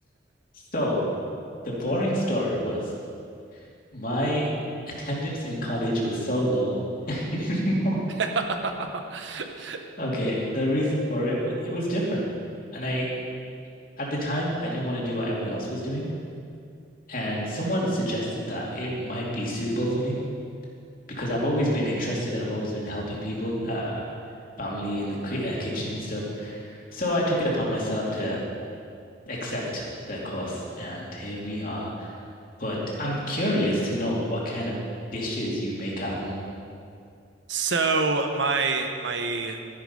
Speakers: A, on the left; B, on the right.
A: So the boring story was my attendance in college was so low. <laughs>
B: it. <laughs>
A: Okay, the reason for it was it was different. And I at the time I didn't want to do what everyone else was doing. And someone suggested that it might be suitable for me. because I've always been interested and I've always been helping people, uh, family in the ki uh, kitchen and stuff. So I took it upon myself to accept the course, and here we are. But I'm curious to know what kind of dishes you make at home.
B: So my my